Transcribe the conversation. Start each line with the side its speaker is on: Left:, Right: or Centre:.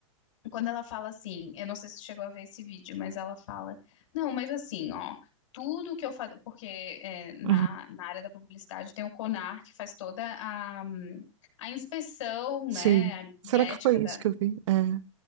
Left: quando ela fala assim, eu não sei se tu chegou a ver esse vídeo, mas ela fala, não, mas assim, ó, tudo que eu faço, porque é, na,
Right: Uhum.
Left: na área da publicidade tem o CONAR que faz toda a, hum, a inspeção, né,
Right: Sim.
Left: a
Right: Será
Left: ética
Right: que foi
Left: da,
Right: isso que eu vi? É.